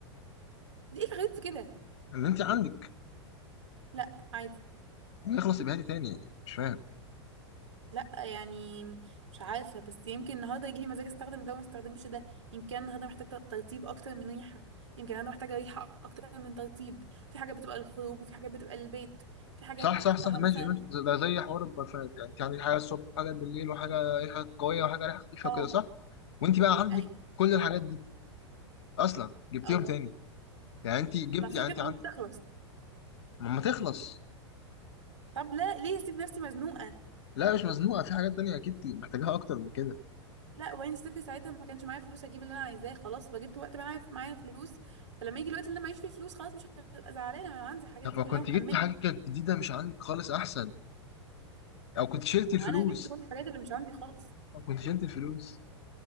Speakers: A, on the right; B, on the left.
A: ايه الغريب في كده
B: ان انت عندك
A: لا عادي
B: يخلص يبقى هاتي تاني يعني مش فاهم
A: لا يعني مش عارفة بس يمكن النهاردة يجيلي مزاج استخدم ده وما استخدمش ده يمكن أنا النهاردة محتاجة ترطيب اكتر من ريحة يمكن النهاردة محتاجة ريحة اكتر من ترطيب في حاجات بتبقى للخروج وفي حاجات بتبقى للبيت في حاجات
B: صح
A: تحطها
B: صح صح ماشي
A: مثلا
B: ماشي ز- ده زي حوار البرفانات يعني انت عندك حاجه الصبح وحاجه بالليل وحاجه ريحه قويه وحاجه ريحه خفيفه
A: اه
B: وكده صح وانت بقى عندك
A: اي
B: كل الحاجات دي اصلا جبتيهم
A: اه
B: تاني يعني انت جبتي
A: ما في
B: يعني
A: حاجات
B: انت
A: قريب
B: عندك
A: تخلص
B: ما ما تخلص
A: طب لا ليه اسيب نفسي مزنوقه
B: لا مش مزنوقه في حاجات تانية اكيد محتاجاها اكتر من كده
A: لا وبعدين افتكر ساعتها ما كانش معايا فلوس اجيب اللي انا عايزاه خلاص بقى جبت وقت بقى معايا معايا فلوس فلما يجي الوقت اللي أنا معيش فيه فلوس خلاص مش هبقى زعلانه ما انا عندي الحاجات
B: طب
A: دي
B: ما
A: كلها
B: كنت
A: مأمنه
B: جبتي حاجه كانت جديده مش عندك خالص احسن او كنت شلتي
A: ما
B: الفلوس
A: هو انا جبت كل الحاجات اللي مش عندي خالص
B: او كنت شلتي الفلوس